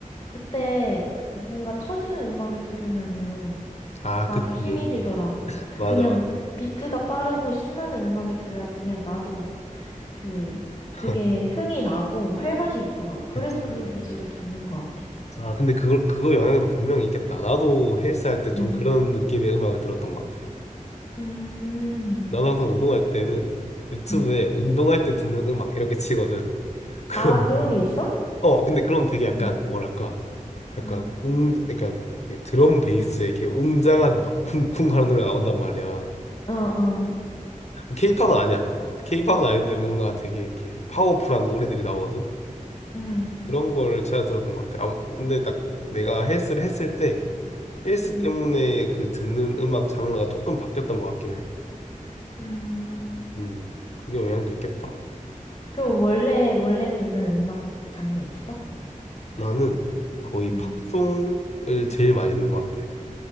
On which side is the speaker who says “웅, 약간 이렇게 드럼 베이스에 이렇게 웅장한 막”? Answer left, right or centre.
Left